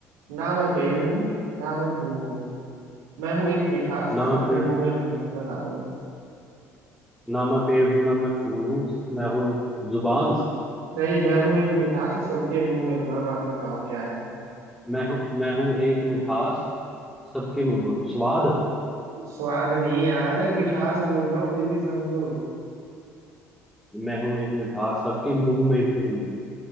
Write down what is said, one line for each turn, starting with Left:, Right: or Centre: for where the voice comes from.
Right: ना मैं पेड़ हूँ ना मैं फूल हूँ मैं हूँ एक मिठास
Centre: ना
Right: सबके
Centre: मैं पेड़
Right: मुंह में हूँ बता दो
Centre: ना मैं पेड़ हूँ ना मैं फूल हूँ मैं हूँ एक जुबान
Right: नहीं मैं हूँ एक मिठास सबके मुंह में हूँ अब आप बताओ क्या है
Centre: मैं हूँ मैं हूँ एक मिठास सबके मुंह में हूँ स्वाद
Right: स्वाद नहीं यार मिठास बोल रहा हूँ फिर भी समझो
Centre: मैं हूँ एक मिठास सबके मुंह में हूँ